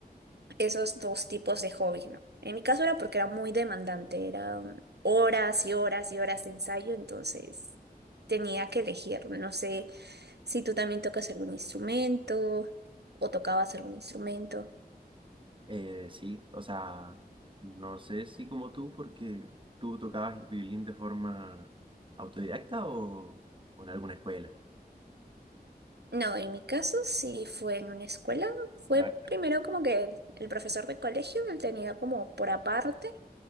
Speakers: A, on the right (about 85°); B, on the right (about 30°).
A: esos dos tipos de hobbies, ¿no? En mi caso era porque era muy demandante, eran horas y horas y horas de ensayo, entonces tenía que elegir. No sé si tú también tocas algún instrumento o tocabas algún instrumento.
B: Eh, sí, o sea, no sé si como tú, porque tú tocabas el violín de forma autodidacta o, o en alguna escuela.
A: No, en mi caso sí fue en una escuela. Fue
B: Ah,
A: primero como que el, el profesor de colegio, él tenía como por aparte,